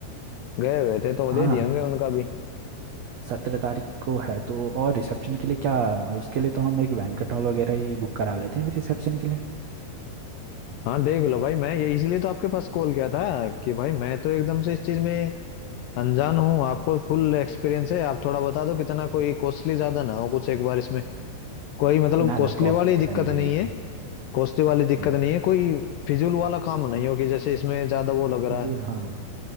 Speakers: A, on the left; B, on the right.
A: गए हुए थे तो वो
B: हाँ
A: दे दिए होंगे उनका भी
B: सत्रह तारीख को है तो और रिसेप्शन के लिए क्या उसके लिए तो हम एक बैंक्वेट हॉल वगैरह ही बुक करा लेते हैं फिर रिसेप्शन के लिए
A: हाँ देख लो भाई मैं ये इसलिए तो आपके पास कॉल किया था कि भाई मैं तो एकदम से इस चीज में अनजान हूँ आपको फुल एक्सपीरियंस है आप थोड़ा बता दो कितना कोई कॉस्टली ज्यादा ना हो कुछ एक बार इसमें कोई मतलब
B: ना
A: कॉस्टली
B: ना कॉस्ट
A: वाली
B: ज़्यादा
A: दिक्कत
B: नहीं
A: नहीं
B: लगेगी
A: है कोस्ती वाली दिक्कत
B: हम्म
A: नहीं है कोई फिजूल वाला काम नहीं हो कि जैसे इसमें ज्यादा वो लग रहा
B: फिजूल
A: है
B: हाँ